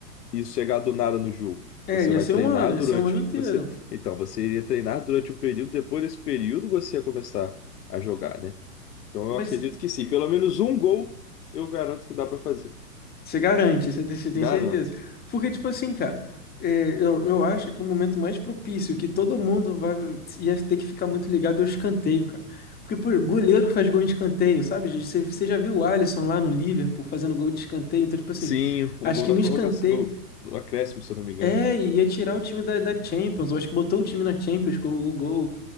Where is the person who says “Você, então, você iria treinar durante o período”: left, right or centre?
Left